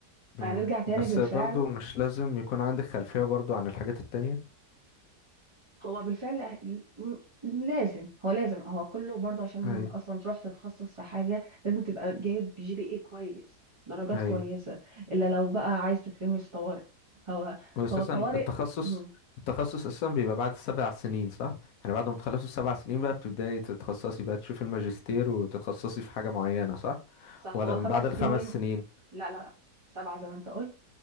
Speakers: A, on the left; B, on the right.
A: مم.
B: فهنرجع تاني
A: بس
B: بالفعل
A: برضو مش لازم يكون عندك خلفية برضو عن الحاجات التانية
B: هو بالفعل أه- م- لازم هو لازم هو كله برضه عشان
A: ايوه
B: اصلا تروح تتخصص في حاجه لازم تبقى جايب جي بي اي كويس درجات
A: ايوه
B: كويسه الا لو بقى عايز تترمي في طوارئ هو
A: واساسا
B: هو طوارئ
A: التخصص
B: مم.
A: التخصص اساسا بيبقى بعد السبع سنين صح يعني بعد ما تخلصوا السبع سنين بقى بتبداي تتخصصي بقى تشوفي الماجستير وتتخصصي في حاجه معينه صح
B: صح
A: ولا
B: هو خمس
A: من بعد الخمس
B: سنين
A: سنين
B: لا لا سبعه زي ما انت قلت